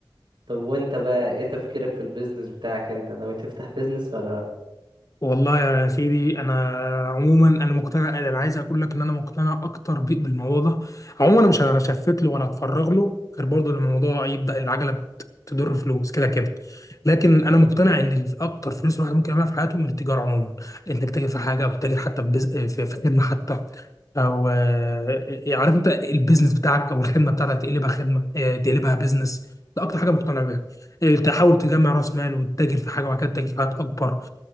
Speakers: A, on the right (about 65°); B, on the left (about 40°).
A: طب وانت بقى ايه تفكيرك في البيزنس بتاعك انت ناوي تفتح بيزنس ولا لأ؟
B: والله يا سيدي انا عموما انا مقتنع انا عايز اقول لك ان انا مقتنع اكتر بيك بالموضوع ده عموما انا مش هشفت له ولا هتفرغ له غير برضه لما الموضوع يبدا العجله ت- تضر فلوس كده كده لكن انا مقتنع ان الف- اكتر فلوس الواحد ممكن يعملها في حياته من التجاره عموما انك تاجر في حاجه او تاجر حتى في بز... في في خدمه حتى او آه، عارف انت البيزنس بتاعك او الخدمه بتاعتك تقلبها خدمه آه، تقلبها بيزنس ده اكتر حاجه مقتنع بيها آه، تحاول تجمع راس مال وتتاجر في حاجه وبعد كده تتاجر في حاجات اكبر